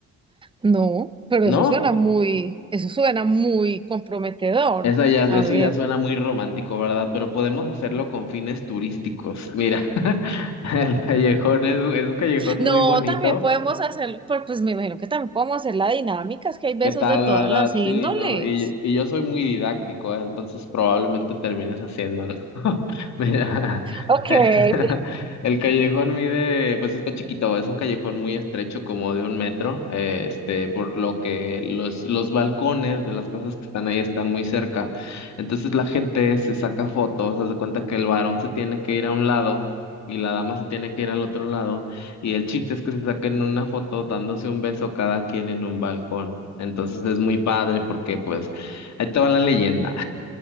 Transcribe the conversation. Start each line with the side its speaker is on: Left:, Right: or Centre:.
Right: No, pero
Left: ¿No?
Right: eso suena muy, eso suena muy comprometedor.
Left: Esa ya, eso
Right: A ver,
Left: ya suena muy romántico, ¿verdad? Pero podemos hacerlo con fines turísticos. Mira, <laughs> el callejón es, es un callejón
Right: No,
Left: muy bonito.
Right: también podemos hacerlo, pues, pues me imagino que también podemos hacer la dinámica, es que hay besos
Left: ¿Qué tal,
Right: de todas
Left: verdad?
Right: las índoles.
Left: Sí, no, y, y yo soy muy didáctico, ¿eh? Entonces probablemente termines haciéndolo. <laughs> Mira,
Right: Ok,
Left: <laughs>
Right: a
Left: el callejón mide, pues está chiquito, es un callejón muy estrecho, como de un metro, eh, este, por lo que los, los balcones de las cosas que están ahí están muy cerca. Entonces la gente se saca fotos, haz de cuenta que el varón se tiene que ir a un lado y la dama se tiene que ir al otro lado y el chiste es que se saquen una foto dándose un beso cada quien en un balcón. Entonces es muy padre porque pues ahí te va la leyenda.